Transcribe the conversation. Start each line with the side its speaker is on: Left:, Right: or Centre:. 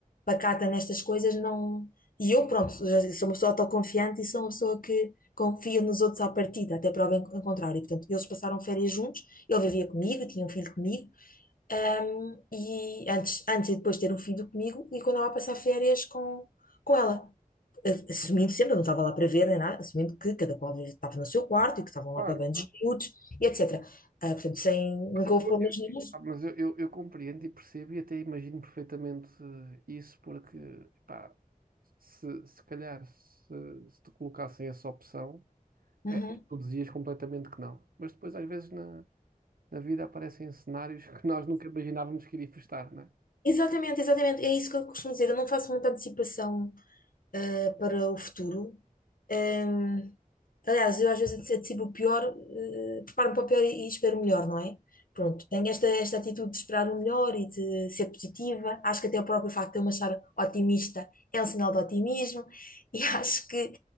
Left: pacata nestas coisas, não... E eu, pronto, já sou uma pessoa autoconfiante e sou uma pessoa que confia nos outros à partida, até prova em em contrário. Portanto, eles passaram férias juntos, ele vivia comigo, tinha um filho comigo, um, e antes, antes e depois de ter um filho comigo e quando ela passar férias com, com ela. A- Assumindo sempre, eu não estava lá para ver nem nada, assumindo que cada qual estava no seu quarto e que estavam lá
Right: Claro.
Left: para bandos miúdos e etc. Ah, portanto, sem,
Right: Mas
Left: nunca
Right: eu,
Left: houve
Right: co-
Left: problemas
Right: eu-
Left: nenhum.
Right: ah, mas eu- eu- eu compreendo e percebo e até imagino perfeitamente eh, isso, porque, pá, se, se calhar se, se te colocassem essa opção,
Left: Uhum.
Right: é, tu dizias completamente que não. Mas depois, às vezes, na, na vida aparecem cenários que nós nunca imaginávamos que iria estar, não é?
Left: Exatamente, exatamente. É isso que eu costumo dizer. Eu não faço muita antecipação eh, para o futuro. Em, aliás, eu às vezes antecipo o pior, eh, preparo-me para o pior e, e espero o melhor, não é? Pronto, tenho esta, esta atitude de esperar o melhor e de ser positiva. Acho que até o próprio facto de eu me achar otimista é um sinal de otimismo e <laughs> acho que,